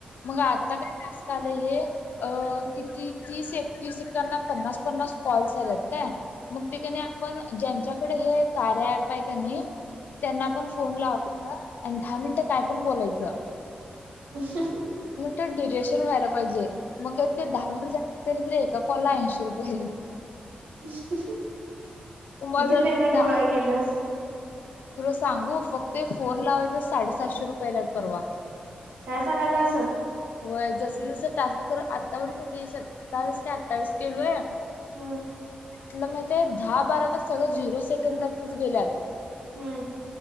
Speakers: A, on the left; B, on the right.
A: मग आता काय तस कस आलंय हे, किती तीस-एकतीस एकेकांना पन्नास-पन्नास कॉल्स यालयात काय, मग ते कणी आपण ज्यांच्याकडे हे कार्य ॲप हाय की नई त्यांना आपण फोन लावयचा, आणि दहा मिनटं काय पण बोलायचं.
B: <unintelligible>
A: ते ड्युरेशन व्हायला पाहिजे, मग ते दहा मिनिटं बोलल की एका कला ऐंशी रुपये. व्हय.
B: <unintelligible>
A: मग
B: किती
A: जर
B: पेमेंट
A: धा
B: गोळा केलंस.
A: तुला सांगू, फक्त एक फोन लावायचं साडे साशे रुपये आल्यात परवा.
B: काय सांगाल्यास?
A: व्हय जस जसं टास्क कर आत्तापर्यंत ती सत्तावीस का अठ्ठावीस केलोय
B: हम.
A: तुला माहित हाय, दहा बारा तर सगळं झिरो सेकंदातच गेल्यात.
B: हम्म.